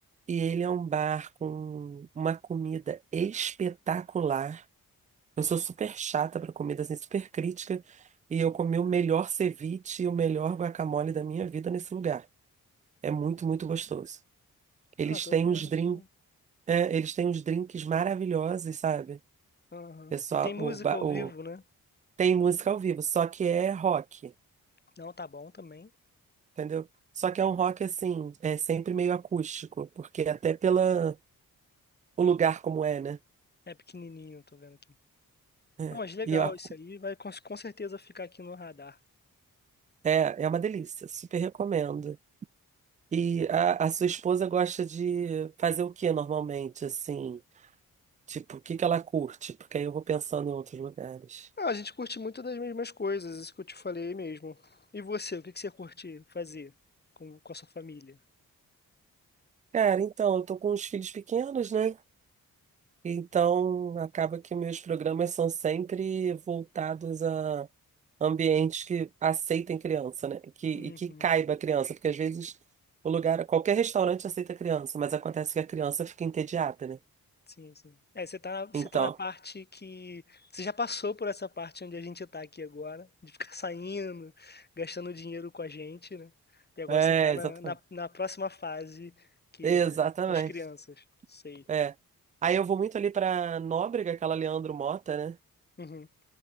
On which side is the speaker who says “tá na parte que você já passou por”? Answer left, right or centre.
Left